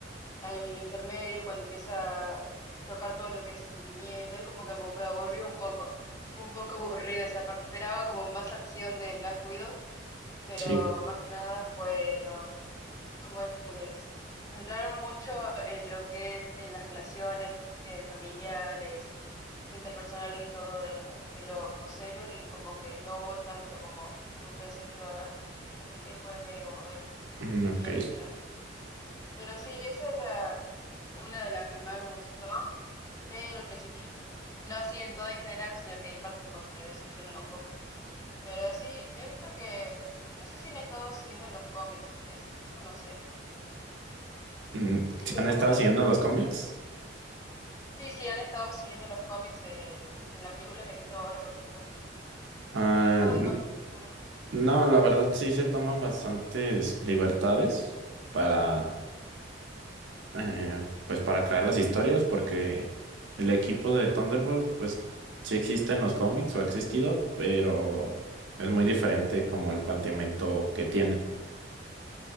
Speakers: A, on the left; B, on the right.
A: al intermedio, cuando empieza a tocar todo lo que es sentimiento, ahí como que me, me aburrió un poco. Fue un poco <laughs> aburrida esa parte. Esperaba como más acción de Black Widow, pero
B: sí.
A: más que nada fueron, como es como que se centraron mucho en lo que es en las relaciones eh, familiares, interpersonales y todo de los, de los héroes y como que no hubo tanto como, como pensé que iba a haber. Así que fue medio aburrido
B: Mm, Ok.
A: y al final. <laughs> Pero sí, esa era una de las que más me gustó, pero al principio. <laughs> No así en todo en general, sino que hay partes como que me decepcionó un poco. Pero sí, he visto que, no sé si han estado siguiendo los cómics, es, eso no sé.
B: Mm,
A: ¿Viste
B: ¿sí ¿Han
A: alguno?
B: estado siguiendo los cómics?
A: Sí, sí, han estado siguiendo los cómics el- en la película que viste ahora, por ejemplo.
B: Ah,
A: Yo de cómics... ah,
B: No, la verdad sí se toman bastantes libertades para, eh, pues para crear las historias, porque el equipo de Thunderbolts, pues sí existe en los cómics o ha existido, pero es muy diferente como el planteamiento que tienen.